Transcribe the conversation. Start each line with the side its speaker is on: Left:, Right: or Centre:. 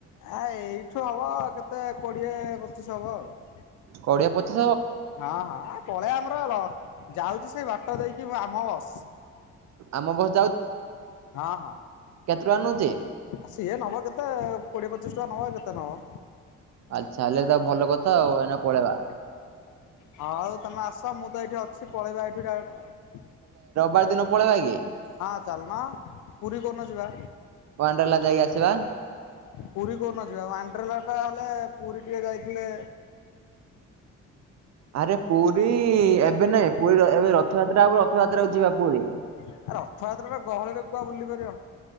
Left: ଆ ଏଇଠୁ ହବ କେତେ କୋଡିଏ ପଚିଶ ହବ ଆଉ।
Right: କୋଡିଏ ପଚି
Left: ହଁ ହଁ ପଳେଇ ଆମର ଲ ଯାଉଚି ସେଇ ବାଟ ଦେଇକି ଆମ ବସ।
Right: ଆମ ବହୁତ
Left: ହଁ ହଁ
Right: କେତେ ଟଙ୍କା ନଉଛି?
Left: ସିଏ ନବ କେ ତେ କୋଡିଏ ପଚିଶ ଟଙ୍କା ନବ। କେତେ ନବ?
Right: ଆଚ୍ଛା ହେଲେ ତ ଭଲ କଥା ଆଉ ଏଇନା ପଳେଇବା।
Left: ହଉ ତମେ ଆସ ମୁଁ ତ ଏଠି ଅଛି ପଳେଇବା ଏଇଠୁ ଡାଇରେକ୍ଟ ଆଉ।
Right: ବାର ଦିନ ପଳେଇବା କି?
Left: ହଁ ଚାଲୁନ ପୁରୀ କୋଉ ଦିନ ଯିବା?
Right: ୱାଣ୍ଡେଲା ଯାଇକି ଆସିବା।
Left: ପୁରୀ କୋଉ ଦିନ ଯିବା? ୱାଣ୍ଡ୍ରେଲା ଟା ହେଲେ ପୁରୀ ଟିକେ ଯାଇଥିଲେ
Right: ଆରେ ପୁରୀ ଏବେ ନାଇଁ ପୁରୀ ର ଏବେ ରଥଯାତ୍ରା ହବ ରଥଯାତ୍ରାକୁ ଯିବା ପୁରୀ।
Left: ଆ ରଥଯାତ୍ରା ଟା ଗହଳିରେ କୁଆ ବୁଲି ପାରିବ?